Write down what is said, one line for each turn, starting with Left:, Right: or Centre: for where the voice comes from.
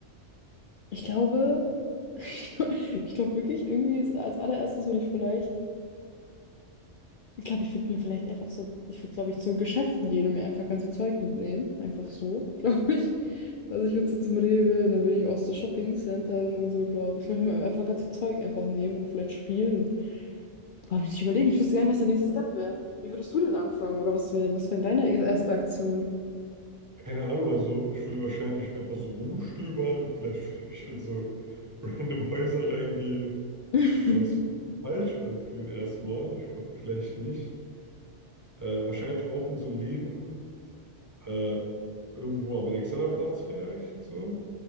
Left: ich glaube, <laughs> ich glaube wirklich, irgendwie ist, als allererstes würde ich vielleicht, ich glaube, ich würde mir vielleicht einfach so, ich würde, glaube ich, zu Geschäften gehen und mir einfach ganz viel Zeug mitnehmen. Einfach so, <laughs> glaube ich. Also ich würde so zum Rewe und dann würde ich auch so Shopping-Centern und so, glaube ich. Ich glaube, ich würde mir einfach ganz viel Zeug einfach nehmen und vielleicht spielen. Und, boah, muss ich überlegen, ich wüsste gar nicht, was der nächste Step wäre. Wie würdest du denn anfangen? Oder was wäre, was wäre deine erste Aktion?
Right: Keine Ahnung, also ich würde wahrscheinlich einfach so rumstöbern, vielleicht würde ich in so random Häuser reingehen,
Left: <laughs>
Right: aber das würde sich falsch anfühlen erstmal. Ich glaube, vielleicht nicht. Äh, wahrscheinlich auch in so Läden, äh, irgendwo am Alexanderplatz vielleicht so.